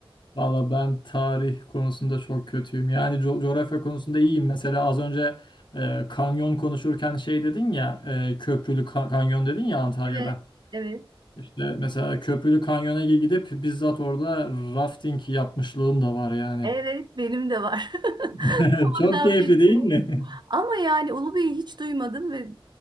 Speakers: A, on the left (about 55°); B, on the right (about 50°).
A: Valla ben tarih konusunda çok kötüyüm. Yani co- coğrafya konusunda iyiyim. Mesela az önce e, kanyon konuşurken şey dedin ya e, köprülü ka- kanyon dedin ya Antalya'da.
B: Evet, evet.
A: İşte mesela Köprülü Kanyon'a gidip bizzat orada rafting yapmışlığım da var yani.
B: Evet, benim de var.
A: <laughs>
B: <laughs> Oradan
A: Çok keyifli
B: biliyorum.
A: değil mi?
B: Ama yani Ulubey'i hiç duymadım ve